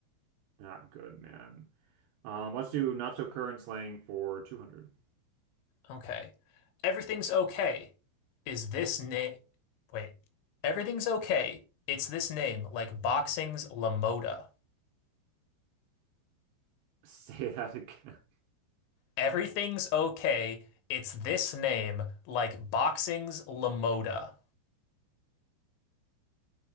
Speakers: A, on the right; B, on the left.
A: Not good, man. Um, let's do not so current slang for 200.
B: Okay. Everything's okay. Is this name? Wait. Everything's okay. It's this name, like boxing's LaModa.
A: <laughs> Say that again. <laughs>
B: Everything's okay. It's this name, like boxing's Lamoda.